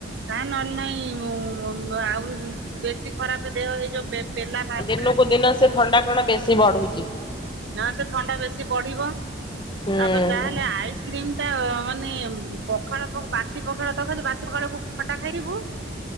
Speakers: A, on the right; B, on the left.
A: ଖା ନହେଲେ ନାଇଁ ଆଉରି ବେଶୀ ଖରାପ ଦେହ ହେଇଯିବ। ପେ ପେଲା ବାହାରି ପ
B: ଦିନ କୁ ଦିନ ସେ ଥଣ୍ଡା କଣ ବେଶୀ ବଢ଼ୁ
A: ନାଁ ସେ ଥଣ୍ଡା ବେଶୀ ବଢିବ,
B: ହୁଁ
A: ତାପରେ ଯାହାହେଲେ ଆଇସକ୍ରିମ୍ <unintelligible> ମାନେ ପଖାଳ ଭା ବାସି ପଖାଳଭାତ ଖାଉଚୁ, ବାସି ପଖାଳକୁ ଖଟା ଖାଇବୁ।